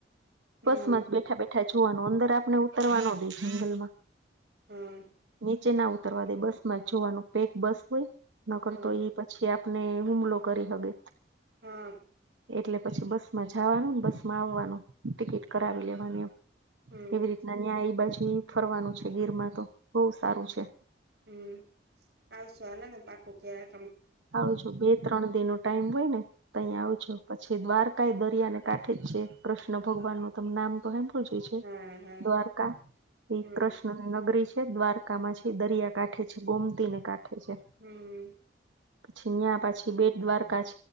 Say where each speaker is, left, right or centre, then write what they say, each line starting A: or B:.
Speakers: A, on the right (about 60°); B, on the right (about 85°).
A: હમ
B: બસમાં જ બેઠા બે ઢા જોવાનું અંદર આપણે ઉતરવાનો દે, જંગલમાં
A: હ
B: નીચે ના ઉતરવા દે, બસ માં જોવાનું પેક બસ હોય ન કરતો
A: હા
B: એ પછી, પછી આપને હુમલો કરી હગે.
A: હા
B: એટલે પછી બસમાં જાવાનુંને બસ માં આવવાનું ટિકિટ કરાવી લેવાની એમ,
A: હમ
B: એવી રીતના ન્યાં એ બાજુ ફરવાનું છે, ગીરમાં તો બઉ સારું છે.
A: હમ આવસું હાલોને, પાકું ક્યા
B: આવજો બે ત્રણ દિનો ટાઈમ હોય ને તયી
A: હમ
B: આવજો પછી દ્વારકા એ દરિયાને કાંઠે જ છે, કૃષ્ણ ભગવાનનું તમ નામ તો હાભળ્યું. છે,
A: હા હા
B: દ્વારકા એ
A: હમ
B: કૃષ્ણ‌. નગરી છે, દ્વારકામાં છે, દરિયા કાંઠે છે, ગોમતી ને કાંઠે છે.
A: હમ
B: પછી ન્યાં પછી બેટ દ્વારકા